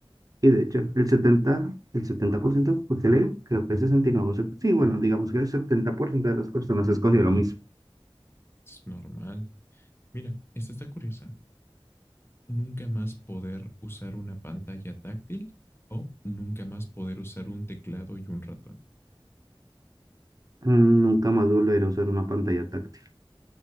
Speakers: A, on the right; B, on the left.
A: y de hecho, el setenta el setenta por ciento que usted lee, creo que el 69%, sí, bueno, digamos que el 70% de las personas escogió lo mismo.
B: Es normal. Mira, esta está curiosa. Nunca más poder usar una pantalla táctil o nunca más poder usar un teclado y un ratón.
A: Mm, Nunca más volveré a usar una pantalla táctil.